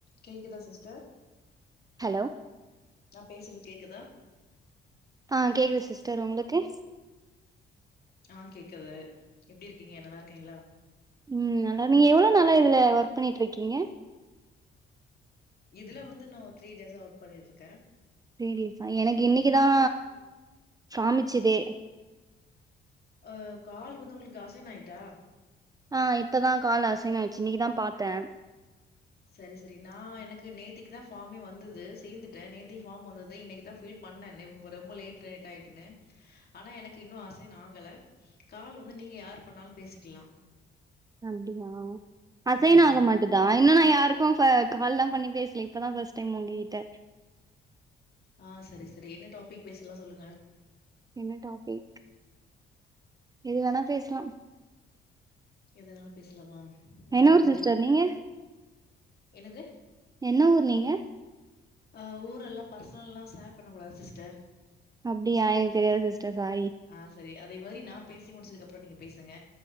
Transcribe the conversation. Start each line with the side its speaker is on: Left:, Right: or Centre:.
Left: கேக்குதா sister
Right: hello
Left: நா பேசறது கேக்குதா
Right: ஆ கேக்குது சிஸ்டர் ஒங்ளுக்கு
Left: ஆ கேக்குது எப்டி இருக்கீங்க நல்லார்க்கீங்ளா
Right: ம் நல்லா நீங்க எவ்ள நளா இதுல ஒர்க் பண்ணிட்டு இருக்கீங்க
Left: இதுல வந்து நா த்ரீ டேஸா ஒர்க் பண்ணிட்டுருக்கேன்
Right: பீரியட்ஸ்ஸா எனக்கு இன்னைக்குதான் காமிச்சதே
Left: அ கால் வந்து உங்ளுக்கு அசைனாயிட்டா
Right: ஆ இப்பதான் கால ஆசைன் ஆச்சு இன்னைக்குதான் பாத்தேன்
Left: சரி சரி நான் எனக்கு நேத்திக்குதா ஃபார்மே வந்துது சேந்துட்டன் நேத்திக்கு ஃபார்ம் வந்துது இன்னைக்குதான் ஃபீல் பண்ணே நெம்ப ரொம்ப லேட் நைட் ஆயிட்டுன்னு ஆனா எனக்கு இன்னு அசைனாகல கால் வந்து நீங்க யார்ப் பண்ணாலு பேசிக்கலா
Right: அப்டியா அசைனாக
Left: ம்
Right: மாட் இதுதா இன்னு நா யாருக்கு ஃப கால்லாம் பண்ணி பேச்லே இப்பதா ஃபர்ஸ்ட் டைம் உங்ககிட்ட
Left: ஆ சரி சரி என்ன டாபிக் பேசலா சொல்லுங்க
Right: என்ன டாபிக் எது வேணா பேசலா
Left: எதனாலு பேசலாமா ம்
Right: என்ன ஊர் சிஸ்டர் நீங்க
Left: என்னது
Right: என்ன ஊர் நீங்க
Left: அ ஊரெல்லா பர்ச்னல்லா ஷேர் பண்ண கூூடாது சிஸ்டர்
Right: அப்டியா எனக்கு தெரியாது சிஸ்டர் சாரி
Left: ஆ செரி அதே மாதிரி நா பேசி முடிச்சதுக்கப்றோ நீங்க பேசுங்க